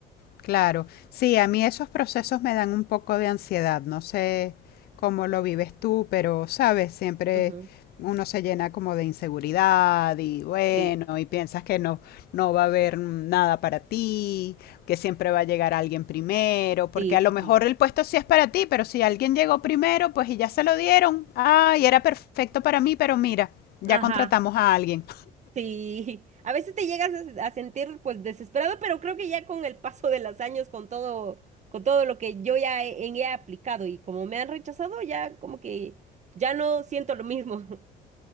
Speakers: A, on the left; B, on the right.
A: Claro, sí, a mí esos procesos me dan un poco de ansiedad, no sé cómo lo vives tú, pero sabes, siempre
B: Ujú.
A: uno se llena como de inseguridad y bueno,
B: Sí,
A: y piensas que no, no va a haber nada para ti, que siempre va a llegar alguien primero, porque
B: sí,
A: a
B: sí,
A: lo mejor
B: sí.
A: el puesto sí es para ti, pero si alguien llegó primero, pues y ya se lo dieron, ay, era perfecto para mí, pero mira, ya
B: Ajá,
A: contratamos a alguien.
B: sí. <laughs> A veces te llegas a, se- a sentir pues desesperado, pero creo que ya con el paso de los años, con todo, con todo lo que yo ya he, he aplicado y como me han rechazado, ya como que ya no siento lo mismo. <laughs>